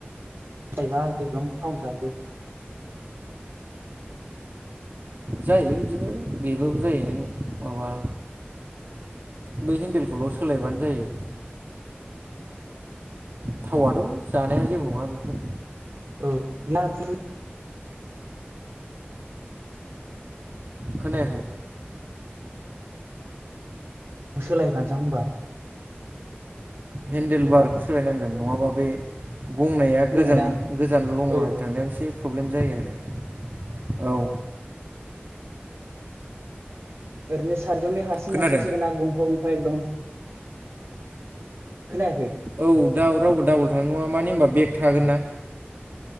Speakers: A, on the right; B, on the right.
A: बायगा गोगोम थाव जायो।
B: जायोलै बिदिबो बेबाबो जायो नों माबा बै हेन्देलखौल' सोलायबानो जायो। थावाथ' जानाया जेबो नङा बेफोर।
A: औ <unintelligible>
B: खोनायाखै?
A: सोलायखानोसां होनबा।
B: हेन्देल
A: होमबा
B: बारखौ सोलायनांगोन नङाबा बे गंनाया
A: खोनाबायना
B: गोजान गोजान लं
A: औ
B: राइड थांनायाव एसे प्रब्लेम जायो आरो औ।
A: ओरैनो सतजननि हारसिं
B: खोनादों
A: हारसिं ना गंफा गंफा बाइक दं खोनायाखै?
B: औ दा रावबो डाबुल थानाय नङा मानो होनबा बेग थागोन ना?